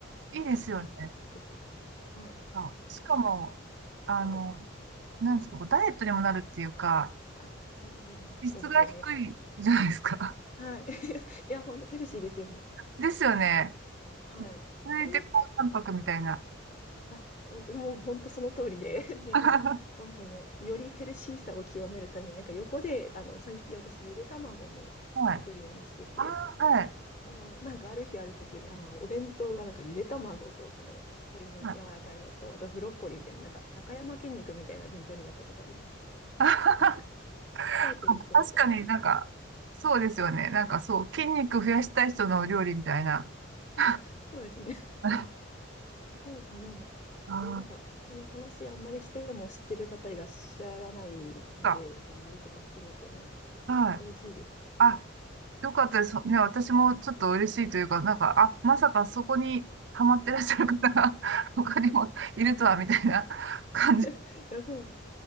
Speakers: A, on the right; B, on the left.
A: い。いいですよね。
B: はい、作ってはい。
A: あ、しかも、
B: なんか、
A: あの、
B: はい。
A: なんですか、こうダイエットにもなるっていうか、
B: あ、うんうんうん、
A: 脂質が低いじゃないですか。
B: そうですよね。はい。いや、ほんとヘルシーですよね。
A: <laughs> ですよね。
B: はい。
A: そいて高タンパクみたいな。
B: ええ、あ、ほんと、もうほんとその通りで、<laughs> で、
A: <laughs> は
B: なんかもう、よりヘルシーさを極めるために、なんか横で、あの、最近私ゆで卵も作るようにしてて、
A: い。あーはい。
B: したら、なんかある日ある時、あの、お弁当がなんかゆで卵とその、鶏の柔らかいのと、
A: はい。
B: あとブロッコリーみたいな、なんか、中山筋肉みたいな弁当になったことあります。
A: <laughs>
B: なんか、鍛えてる人みたいな。
A: あ確かになんか、そうですよね。なんかそう、筋肉増やしたい人のお料理みたいな。<laughs>
B: <laughs> そうですね。
A: あ
B: そう、あ、でも、
A: あ、
B: えーなんか、この話あんまりしても知ってる方いらっしゃらないので、
A: か。
B: なんか周りとか含めても
A: はい。
B: 嬉しいです。
A: あ、よかったです。ね、私もちょっと嬉しいというか、なんか、あ、まさかそこにハマってらっしゃる方が <laughs> 他にもいるとは、みたいな <laughs> 感じ。
B: いや、そうです。